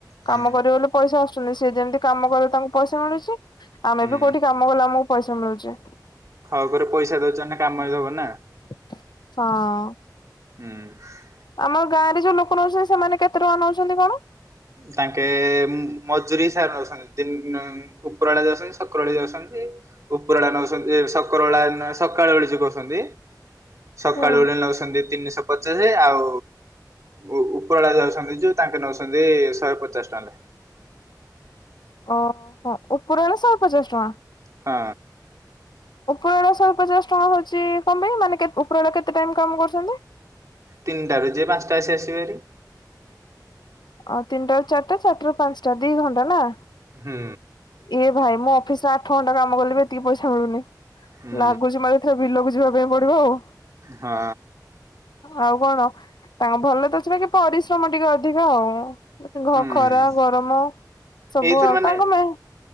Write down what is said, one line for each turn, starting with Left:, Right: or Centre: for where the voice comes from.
Right: ହୁଁ
Left: କାମ କରିବେ ବୋଲି ପଇସା ଆସୁଛନ୍ତିି। ଯେ ଯେମିତି କାମ କରିବ ତାଙ୍କୁ ପଇସା ମିଳୁଛି। ଆମେ
Right: ହୁଁ
Left: ବି କୋଉଠି କାମ କଲେ ଆମ ପଇସା ମିଳୁଚି।
Right: ହଉ ଘୋରେ ପଇସା ଦଉଛନ୍ତି କାମ ବି ଦବ ନା।
Left: ହଁ।
Right: ହୁଁ।
Left: ଆମ ଗାଁରେ ଯୋଉ ଲୋକ ନଉଛନ୍ତି ସେମାନେ କେତେ ଟଙ୍କା ନଉଛନ୍ତି କଣ।
Right: ତାଙ୍କେ ମଜୁୁରୀ ସାର। ଦିନ ଉପରବେଳା ଯାଉଛନ୍ତି ସକରଓଳି ଯାଉଛନ୍ତି ଉପରବେଳା ନଉଛନ୍ତି ସକରବେଳା ସକାଳ ବେଳି ଯେ କରୁଛନ୍ତି। ସକାଳୁ
Left: ହୁଁ
Right: ଉଠିଲେ ନଉସନ୍ତି। ତିନିଶହ ପଚାଶେ ଆଉ ଉ-ଉ-ଉପରବେଳା ଯାଉଛନ୍ତି ଯୋଉ ତାଙ୍କେ ନଉଛନ୍ତି। ଛି ଶହେ ପଚାଶ ଟଙ୍କ ଲେଖେ।
Left: ଓହୋ ଉପରବେଳା ଶହେ ପଚାଶ ଟଙ୍କା।
Right: ହଁ।
Left: ଉପରବେଳା ଶହେ ପଚାଶ ଟଙ୍କା ହଉଚି କଣ ପାଇଁ ମାନେ ଉପରବେଳା କେତେ ଟାଇମ କାମ କରୁଚନ୍ତି?
Right: ତିନିଟାରୁ ଯେ ପାଞ୍ଚଟା ଆସି ଆସିବେ ଭେରି।
Left: ଆଉ ତିନିଟାରୁ ଚାରିଟା ଚାରି ଟାରୁ ପାଞ୍ଚଟା ଦି ଘଣ୍ଟା ନା?
Right: ହୁଁ।
Left: ଏ ଭାଇ ମୋ ଅଫିସରେ ଆଠ ଘଣ୍ଟା କାମ କଲେ ବି ଏତିକି ପଇସା ମିଳୁନି।
Right: ହୁଁ
Left: ଲାଗୁଚି ମତେ ଏଥର ବିଲକୁ ଯିବା ପଡିବ ଆଉ।
Right: ହଁ।
Left: ଆଉ କଣ ତାଙ୍କ ଭଲ ତ ଅଛି ବାକି ପରିଶ୍ରମ ଟିକେ ଅଧିକ ଆଉ।
Right: ହୁଁ
Left: ଖରା ଗରମ ସବୁ
Right: ଏଇଥର
Left: ଆଉ
Right: ମାନେ
Left: ତାଙ୍କ ପାଇଁ।